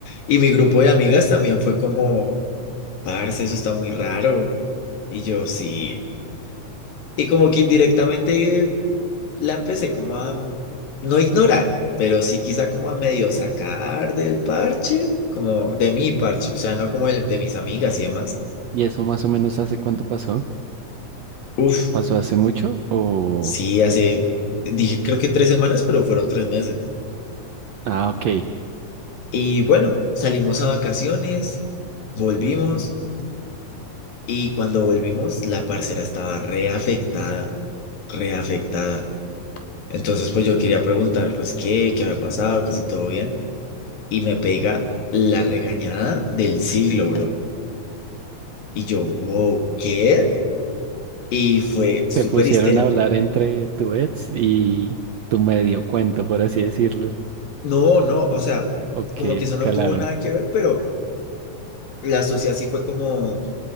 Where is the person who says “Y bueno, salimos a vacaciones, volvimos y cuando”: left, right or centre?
Left